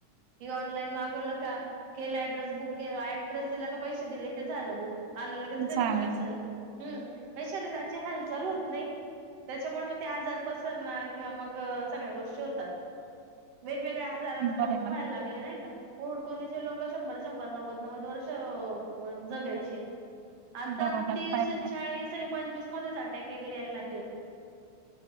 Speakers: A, on the right (about 55°); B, on the right (about 85°).
A: ह ऑनलाईन मागवलं का. केलं ऍड्रेस बुक केलं ऍड्रेस दिला का पैसे दिले ते झालं बुक. आल्यालगेच घरी
B: चालेल
A: पारसेल हम शरीराची हल्थ चालू होत नाही त्याच्यामुळे मग ते आजार पसरणार किंवा मग सगळ्या गोष्टी होतात.. वेगवेगळे्या आजार आता
B: बरोबर
A: व्हायला लागले नाही का. पूर पूर्वीचे लोक शंभर शंभर नव्वद नव्वद वर्ष जगायची. आता
B: बरोबर
A: तीस
B: पाय पाय
A: चाळीस आणि पंचवीस मध्येचठा. व ला